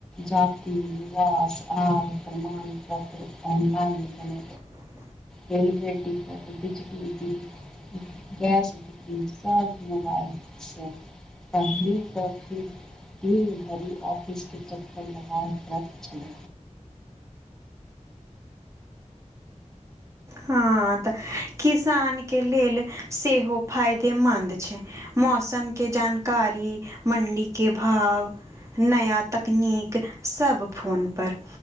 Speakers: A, in the centre; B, on the right (about 25°).
A: जाति, आवास और प्रमाणपत्र ऑनलाइन कर
B: <inaudible>
A: रेल बेटी कट बिजली बिल गैस बुकिंग सभ मोबाइलसँ पढ़ले त फिर भी भरि ऑफिस के चक्कर लगाए रखै छल।
B: हँ, त किसान के लेल सेहो फायदेमन्द छै। मौसम के जानकारी, मण्डी के भाव नया तकनीक सभ फोनपर।